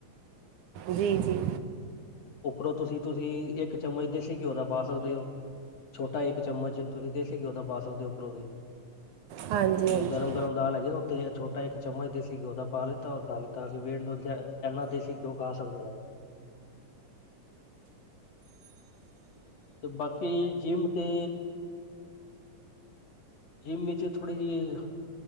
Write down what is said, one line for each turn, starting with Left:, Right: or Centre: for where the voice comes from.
Right: ਜੀ ਜੀ
Left: ਉੱਪਰੋਂ ਤੁਸੀਂ ਤੁਸੀਂ ਇੱਕ ਚਮਚ ਦੇਸੀ ਘਿਓ ਦਾ ਪਾ ਸਕਦੇ ਹੋ ਛੋਟਾ ਇੱਕ ਚਮਚ ਤੁਸੀਂ ਦੇਸੀ ਘਿਓ ਦਾ ਪਾ ਸਕਦੇ ਹੋ ਉੱਪਰੋਂ ਵੀ।
Right: ਹਾਂਜੀ
Left: ਜਿਵੇਂ
Right: ਹਾਂਜੀ
Left: ਗਰਮ ਗਰਮ ਦਾਲ ਹੈਗੀ ਨਾ। ਤੇ ਛੋਟਾ ਇੱਕ ਚਮਚ ਦੇਸੀ ਘਿਓ ਦਾ ਪਾ ਲਿੱਤਾ ਔਰ ਖਾ ਲਿੱਤਾ ਅਸੀਂ ਵੇ ਇਨਾ ਦੇਸੀ ਘਿਓ ਖਾ ਸਕਦੇ ਹਾਂ। ਤੇ ਬਾਕੀ ਜਿੰਮ ਤੇ ਜਿੰਮ ਇਥੇ ਥੋੜੀ ਜਿ